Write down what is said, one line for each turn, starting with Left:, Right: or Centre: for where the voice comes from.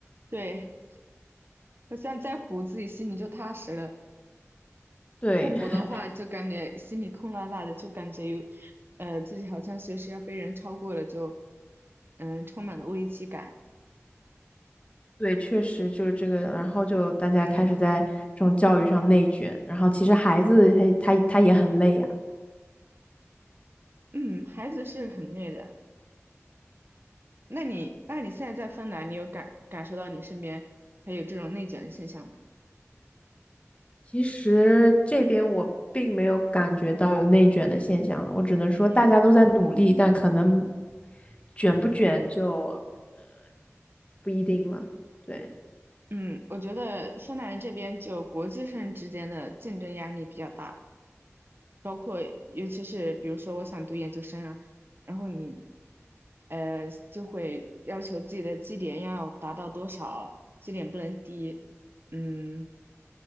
Right: 对，我现在再补，自己心里就踏实了。
Left: 对，
Right: 不补的话，
Left: <laughs>
Right: 就感觉心里空落落的，就感觉有，呃，自己好像随时要被人超过了，就，嗯，充满了危机感。
Left: 对，确实就是这个，然后就大家开始在这种教育上内卷，
Right: 嗯
Left: 然后其实孩子他他他也很累呀、
Right: 嗯，孩子是很累的。那你，那你现在在芬兰，你有感感受到你身边还有这种内卷的现象吗？
Left: 其实这边我并没有感觉到有内卷的现象了，我只能说大家都在努力，
Right: 嗯
Left: 但可能卷不卷就呃不一定了。对。
Right: 嗯，我觉得芬兰这边就国际上之间的竞争压力比较大。包括尤其是比如说我想读研究生啊，然后你呃就会要求自己的绩点要达到多少，绩点不能低，嗯，